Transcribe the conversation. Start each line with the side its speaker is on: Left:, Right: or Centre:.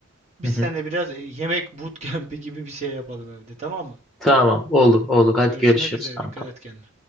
Right: Biz
Centre: Hı hı.
Right: seninle biraz e, yemek bootcamp'i <laughs> gibi bir şey yapalım evde tamam mı?
Centre: Tamam, olur, olur. Hadi
Right: Görüşmek
Centre: görüşürüz
Right: üzere. Dikkat
Centre: kanka.
Right: et kendine.